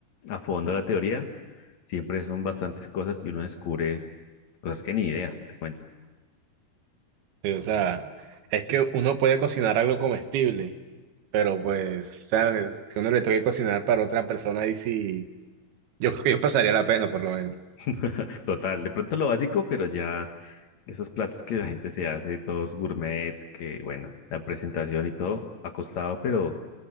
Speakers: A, on the left (about 55°); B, on the right (about 80°).
A: a fondo la teoría, siempre son bastantes cosas y uno descubre cosas que ni idea, te cuento.
B: Sí, O sea, es que uno puede cocinar algo comestible, pero pues, o sea, que uno le toque cocinar para otra persona ahí sí, yo creo que yo pasaría la pena por lo menos.
A: <laughs> Total, de pronto lo básico, pero ya esos platos que la gente se hace, todos gourmet, que bueno, la presentación y todo ha costado, pero